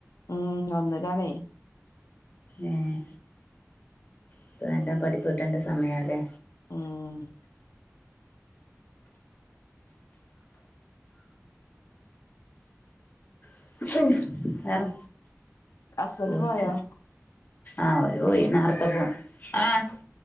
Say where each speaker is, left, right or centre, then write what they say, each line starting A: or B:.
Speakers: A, on the left; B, on the left.
A: ഉം ഒന്നിലാണേ
B: ഏഹ് ഇപ്പ ല്ലോം പഠിപ്ട്ടേണ്ട സമയാല്ലേ
A: ആഹ്
B: <unintelligible> വേറെ
A: ഹസ്ബൻഡ്
B: പൂച്ച
A: പോയോ
B: ആവോ <unintelligible> പോയി നരത്തെ പോ ആഹ്